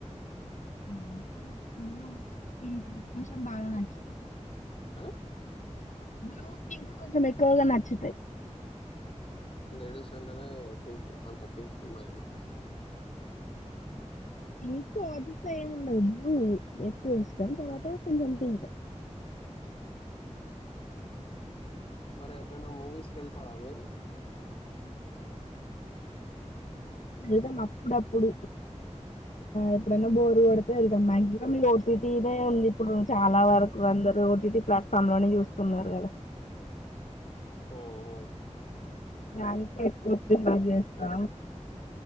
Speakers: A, on the left (about 85°); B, on the left (about 50°).
A: నాకు కొంచెం బాగా నచ్చది
B: ఆ
A: బ్లూ పింక కొంచం మకువగా నాచుతాయ్
B: లేడీస్ అంటనే పింక్ అంత పింక్ మైద
A: మీకు ఆదిస్త ఏమి ఉండదు బ ఎక్కువ ఇష్టం తర్వాత కొంచథం
B: మరి ఎటనా మూవీస్ కళ్తారా మీరు
A: వెల్తాముఅప్పుడప్పుడు ఎప్పుడన్న బోరు కొతే ఎ మాసి లోడ్ ఓటీటీనేే ఉంది ఇప్పుడు చాలా వరకు అందరుూ ఓటీటీ ప్లాట్ఫామ్ లోనే చూస్తున్నారు కదా
B: ఓఓ
A: దానినికి ఎక్కువ ప్ర చేస్తా